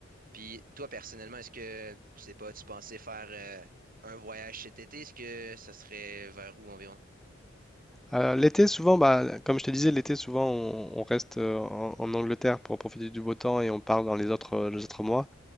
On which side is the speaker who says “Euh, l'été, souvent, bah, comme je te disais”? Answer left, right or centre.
Centre